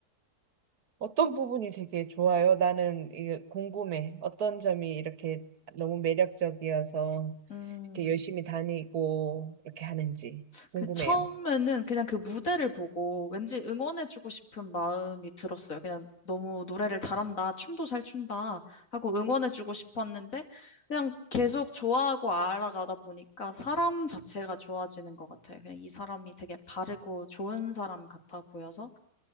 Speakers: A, on the right; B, on the left.
A: 어떤 부분이 되게 좋아요? 나는 이게 궁금해. 어떤 점이 이렇게 너무 매력적이어서
B: 음,
A: 이렇게 열심히 다니고 이렇게 하는지
B: 그
A: 궁금해요.
B: 처음에는 그냥 그 무대를 보고 왠지 응원해주고 싶은 마음이 들었어요. 그냥 너무 노래를 잘한다, 춤도 잘 춘다 하고 응원해주고 싶었는데 그냥 계속 좋아하고 알아가다 보니까 사람 자체가 좋아지는 것 같아요. 그냥 이 사람이 되게 바르고 좋은 사람 같아 보여서